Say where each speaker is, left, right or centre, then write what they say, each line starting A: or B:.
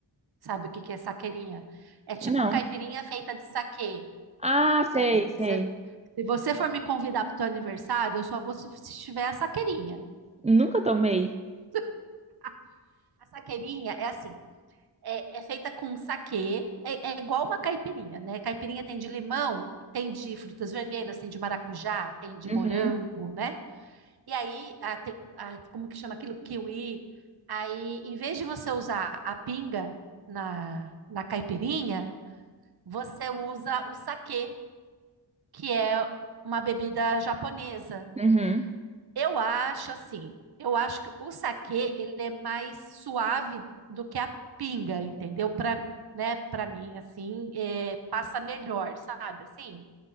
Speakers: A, on the right; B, on the right.
A: sabe o que que é saqueirinha. É tipo
B: Não.
A: caipirinha feita de saquê.
B: Ah, sei,
A: É,
B: sei.
A: se, se você for me convidar para o teu aniversário, eu só vou se, se tiver a saqueirinha.
B: Nunca tomei.
A: <laughs> A saqueirinha é assim, é, é feita com saquê, é, é igual uma caipirinha, né? Caipirinha tem de limão, tem de frutas vermelhas, tem de maracujá, tem de
B: Uhum,
A: morango, né? E aí, a, tem- a- como que chama aquilo? Kiwi. Aí, em vez de você usar a pinga na, na caipirinha, você usa o saquê, que é uma bebida japonesa.
B: uhum.
A: Eu acho assim, eu acho que o saquê ele é mais suave do que a pinga, entendeu? Para, né, para mim assim, é, passa melhor, sabe? Assim,